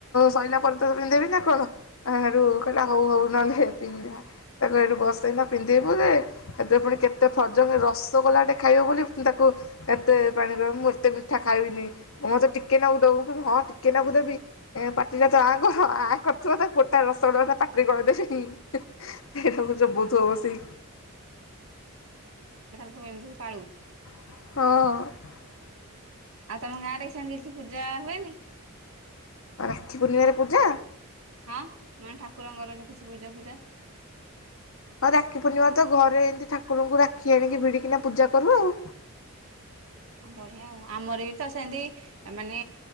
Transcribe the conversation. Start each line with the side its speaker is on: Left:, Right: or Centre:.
Left: ସଇଲା ପରେ ତତେ ପିନ୍ଧେଇବି ନା କଣ ସେଇଠୁ କହିଲା ହଉ ହଉ ନହେଲେ ପିନ୍ଧା ତାକୁ ହେଇଠୁ ବସେଇଲା ପିନ୍ଧେଇବୁରେ ସେଥିରେ ପୁଣି କେତେ ଫର୍ଜଙ୍ଗ ରସଗୋଲାଟେ ଖାଇବ ବୋଲି ମୁଁ ତାକୁ ଏତେ ପାଣି ପିଆଇ ମୁଁ ଏତେ ମିଠା ଖାଇବିନି, ମୁଁ ମୋତେ ଟିକେ ନାକୁ ଦବୁ ହଁ ଟିକେ ନାକୁ ଦେବି ଏଣେ ପାଟିଟା ତୁ ଆଁ କର ଆଁ କରିଥିବ ତାକୁ ଗୋଟା ରସଗୋଲା ପାଟିରେ ଗଳେଇ ଦେବି ସେଇଠୁ ଚୋବୋଉଥିବ ବସି ସି
Right: ତୁ ଏମତି ପାଳୁ?
Left: ହଁ।
Right: ଆଉ ତମ ଗାଁରେ ସେନ୍ତି କିଛି ପୂଜା ହୁଏନି?
Left: ରାକ୍ଷୀ ପୂର୍ଣ୍ଣିମାରେ ପୂଜା?
Right: ହଁ ମାନେ ଠାକୁରଙ୍କର ଯୋଉ କିଛି ପୂଜା ଫୂଜା
Left: ହଁ ରାକ୍ଷୀ ପୂର୍ଣ୍ଣିମା ତ ଘରେ ଏନ୍ତି ଠାକୁରଙ୍କୁ ରାକ୍ଷୀ ଆଣିକି ଭିଡ଼ିକିନା ପୂଜା କରୁ ଆଉ।
Right: ବଢିଆ ଆଉ ଆମର ବି ତ ସେନ୍ତି ମାନେ